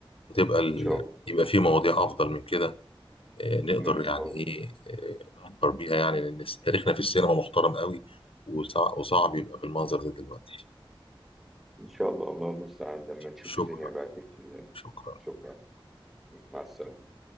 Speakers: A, on the left; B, in the centre.
A: وتبقى ال...
B: إن شاء الله
A: يبقى في مواضيع افضل من كده آه، نقدر
B: إن
A: يعني
B: شاء الله
A: ايه آه، نفكر بيها يعني لان تاريخنا في السينما محترم قوي وصع- وصعب يبقى بالمنظر ده دلوقتي
B: إن شاء الله الله المستعان لما نشوف
A: شكرا
B: الدنيا بقى تمشي إزاي
A: شكرا
B: شكرا مع السلامة